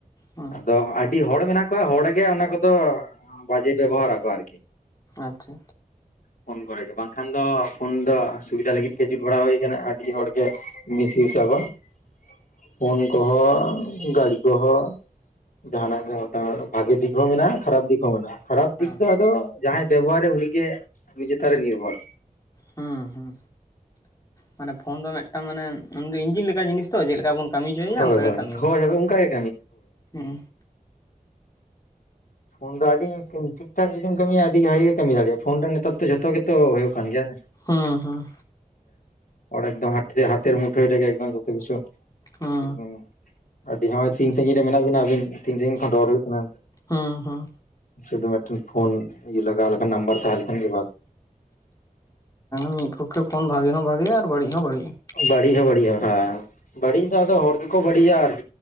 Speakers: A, on the left; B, on the left.
A: ᱦᱩᱸ
B: ᱟᱫᱚ ᱟᱹᱰᱤ ᱦᱚᱲ ᱢᱮᱱᱟᱜ ᱠᱚᱣᱟ ᱦᱚᱲ ᱜᱮ ᱚᱱᱟ ᱠᱚᱫᱚ ᱵᱟᱡᱮ ᱵᱮᱵᱚᱦᱟᱨᱟᱠᱚ ᱟᱨᱠᱤ
A: ᱟᱪᱪᱷᱟ
B: ᱯᱷᱳᱱ ᱠᱚᱨᱮ ᱜᱮ ᱵᱟᱝᱠᱷᱟᱱ ᱫᱚ ᱯᱷᱳᱱ ᱫᱚ ᱥᱩᱵᱤᱫᱷᱟ ᱞᱟᱹᱜᱤᱫ ᱜᱮ ᱡᱩᱛ ᱵᱟᱲᱟ ᱦᱩᱭ ᱟᱠᱟᱱᱟ ᱟᱨ ᱡᱩᱫᱤ ᱦᱚᱲᱜᱮ <inaudible> ᱯᱷᱳᱱ ᱠᱚᱦᱚᱸ ᱜᱟᱹᱟᱹᱲᱤ ᱠᱚᱦᱚᱸ ᱡᱟᱦᱱᱟᱜ ᱜᱮ ᱵᱷᱟᱜᱤ ᱫᱤᱠ ᱦᱚᱸ ᱢᱮᱱᱟᱜᱼᱟ ᱠᱷᱟᱨᱟᱯ ᱫᱤᱠ ᱢᱮ ᱠᱷᱟᱨᱟᱯ ᱫᱤᱠ
A: ᱦᱮᱸ
B: ᱫᱚ ᱟᱫᱚ ᱡᱟᱦᱟᱸᱭ ᱵᱮᱵᱚᱦᱟᱨᱮ ᱩᱱᱤᱜᱮ ᱩᱱᱤ ᱪᱮᱛᱟᱱ ᱨᱮ ᱱᱤᱨᱵᱷᱚᱨ᱾
A: ᱦᱩᱸ ᱦᱩᱸ ᱢᱟᱱᱮ ᱯᱷᱳᱱ ᱫᱚ ᱢᱤᱫᱴᱟᱝ ᱢᱟᱱᱮ ᱤᱧᱡᱤᱱ ᱞᱮᱠᱟ ᱡᱤᱱᱤᱥ ᱛᱚ ᱪᱮᱫᱠᱟ ᱵᱚᱱ ᱠᱟᱹᱢᱤ ᱦᱚᱪᱚᱭᱮᱭᱟ
B: ᱦᱳᱭ
A: ᱚᱱᱠᱟ
B: ᱦᱳᱭ
A: ᱜᱮ ᱠᱟᱹᱢᱤᱭᱟ
B: ᱦᱳᱭ ᱦᱳᱭ ᱚᱱᱠᱟ ᱜᱮ
A: ᱦᱩᱸ
B: ᱯᱷᱚᱱ ᱫᱚ ᱟᱹᱰᱤ ᱠᱤᱢᱛᱤ ᱴᱷᱤᱠ ᱴᱷᱟᱠ ᱡᱩᱤ ᱠᱟᱹᱢᱤᱭᱟ ᱟᱹᱰᱤ ᱜᱤ ᱜᱮ ᱠᱟᱹᱢᱤ ᱫᱟᱲᱮᱭᱟᱜᱼᱟ ᱯᱷᱳᱱ ᱱᱮᱛᱟᱨ ᱫᱚ ᱡᱷᱚᱛᱚ ᱜᱮᱛᱚ ᱦᱩᱭᱩᱜ ᱠᱟᱱ ᱜᱮᱭᱟ ᱥᱮ
A: ᱦᱮᱸ ᱦᱮᱸ
B: ᱮᱠᱫᱚᱢ <inaudible> ᱦᱟᱛᱮᱨ ᱢᱩᱴᱳᱭ ᱨᱮᱜᱮ ᱮᱠᱫᱚᱢ ᱡᱚᱛᱚ ᱠᱤᱪᱩ
A: ᱦᱩᱸ
B: ᱮᱫᱚᱢ ᱟᱹᱰᱤ ᱦᱚᱸᱜ ᱛᱤᱱ ᱥᱟᱹᱜᱤᱧ ᱨᱮ ᱢᱮᱱᱟᱜ ᱵᱤᱱᱟᱵᱤᱱ ᱛᱤᱱ ᱥᱟᱹᱜᱤᱧ ᱠᱷᱚᱱ ᱨᱚᱲ ᱦᱩᱭᱩᱜ ᱠᱟᱱᱟ
A: ᱦᱩᱸ ᱦᱩᱸ
B: ᱥᱚᱫᱩ ᱢᱤᱫᱴᱟᱝ ᱯᱷᱳᱱ ᱞᱟᱜᱟᱣ ᱞᱮᱠᱷᱟᱱ ᱱᱟᱢᱵᱟᱨ ᱛᱟᱦᱮᱸ ᱞᱮᱠᱷᱟᱱ ᱜᱮ ᱵᱟᱥ
A: ᱢᱤᱫ ᱯᱚᱠᱠᱷᱮ ᱯᱷᱳᱱ ᱵᱷᱟᱜᱮ ᱦᱚᱸ ᱵᱷᱟᱜᱮᱭᱟ ᱟᱨ ᱵᱟᱹᱲᱤᱡ ᱦᱚᱸ ᱵᱟᱹᱲᱤᱡᱼᱟ
B: ᱵᱟᱹᱲᱤᱡ ᱦᱚᱸ ᱵᱟᱹᱲᱤᱡ ᱟ ᱦᱟᱸ ᱵᱟᱹᱲᱤᱡ ᱫᱚ ᱟᱫᱚ ᱦᱚᱲ ᱜᱮᱠᱚ ᱵᱟᱹᱲᱤᱡᱤᱭᱟ ᱟᱨᱠᱤ